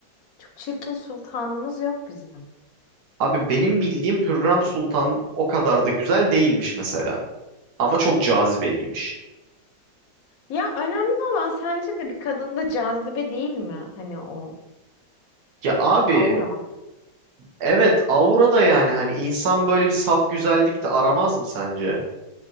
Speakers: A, on the left (about 60°); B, on the right (about 60°).
A: Çok çirkin sultanımız yok bizim.
B: Abi benim bildiğim Hürrem Sultan o kadar da güzel değilmiş mesela. Ama çok cazibeliymiş.
A: Ya önemli olan sence de bir kadında cazibe değil mi? Hani o
B: Ya abi
A: aura.
B: evet aura da yani hani insan böyle bir saf güzellik de aramaz mı sence?